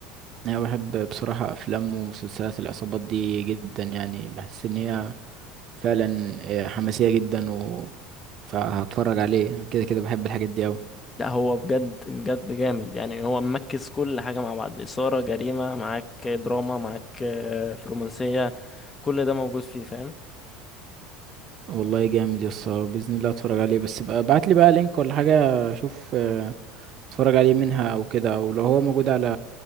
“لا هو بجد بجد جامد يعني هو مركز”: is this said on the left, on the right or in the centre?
Left